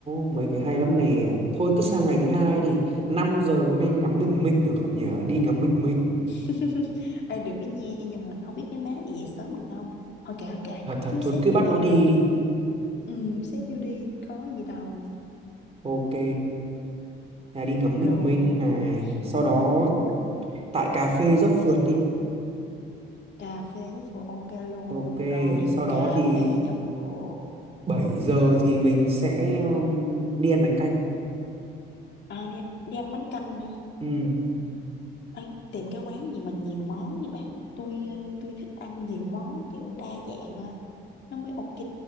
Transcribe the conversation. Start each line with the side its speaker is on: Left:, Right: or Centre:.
Right: mấy cái hay lắm nè. Thôi cứ sang ngày thứ hai đi. năm giờ có nên ngắm bình minh ở không nhỉ? Đi ngắm bình minh.
Left: <laughs> Ê, được cái nha nhưng mà không biết mấy má này dậy sớm được không thôi kệ thôi kệ
Right: thật
Left: cứ
Right: thật
Left: cứ
Right: thôi
Left: xét
Right: cứ
Left: vô
Right: bắt
Left: đi
Right: nó đi đi
Left: ừ xét vô đi có gì đâu
Right: ok là đi ngắm
Left: rồi
Right: bình minh
Left: nhé
Right: này sau
Left: ừ,
Right: đó
Left: ngắm bình
Right: tại cà phê dốc phượt đi
Left: cà phê giáo phụ ok luôn
Right: ok
Left: rồi
Right: sau đó
Left: cà
Right: thì
Left: phê giáo phụ
Right: 7 giờ thì mình sẽ um, đi ăn bánh canh
Left: à, đi, đi ăn bánh canh
Right: ừ.
Left: Ê, tìm cái quán gì mà nhiều món đi bà tôi ờ, tôi thích ăn nhiều món kiểu đa dạng lên nó mới ok